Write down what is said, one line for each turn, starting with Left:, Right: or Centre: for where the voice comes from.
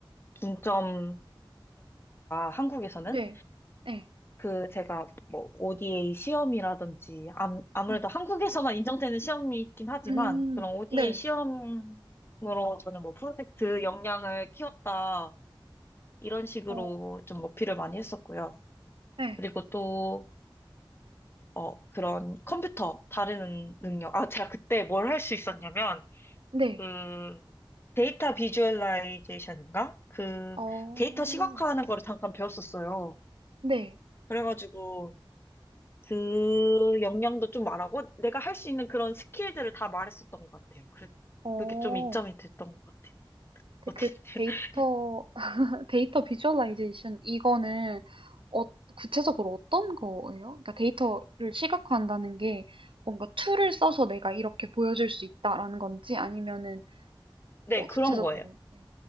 Left: 중점이었으니까, 한국에서는.
Right: 네. 네
Left: 그 제가 뭐 ODA 시험이라든지 암, 아무래도
Right: 네
Left: 한국에서만 인정되는 시험이 있긴 하지만
Right: 음.
Left: 그런 ODA
Right: 네.
Left: 시험으로 저는 뭐 프로젝트 역량을 키웠다 이런 식으로
Right: 어.
Left: 좀 어필을 많이 했었고요.
Right: 네
Left: 그리고 또 어, 그런 컴퓨터 다루는 능력. 아, 제가 그때 뭘 할 수 있었냐면
Right: 네.
Left: 그 데이터 비주얼라이제이션인가? 그
Right: 어.
Left: 데이터 시각화하는 거를 잠깐 배웠었어요.
Right: 네.
Left: 그래가지고 그 역량도 좀 말하고 내가 할 수 있는 그런 스킬들을 다 말했었던 것 같아요. 그,
Right: 어.
Left: 그게 좀 이점이 됐던 것 같아요.
Right: 근데
Left: 어떻게,
Right: 그
Left: <laughs>
Right: 데이터 <laughs> 데이터 비주얼라이제이션 이거는 어 구체적으로 어떤 거예요? 그러니까 데이터를 시각화한다는 게 뭔가 툴을 써서 내가 이렇게 보여줄 수 있다라는 건지 아니면은
Left: 네,
Right: 어 구체적으로
Left: 그런 거예요.
Right: 네.